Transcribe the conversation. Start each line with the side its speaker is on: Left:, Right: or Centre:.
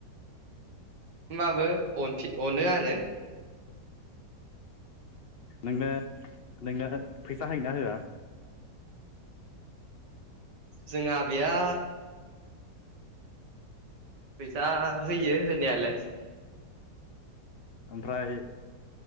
Right: होमबाबो अनफिन अनो आरो
Left: नोंनो नोंनो फैसा होयोना होआ
Right: जोंहा आबैआ फैसा होयो होनायालाय
Left: ओमफ्राय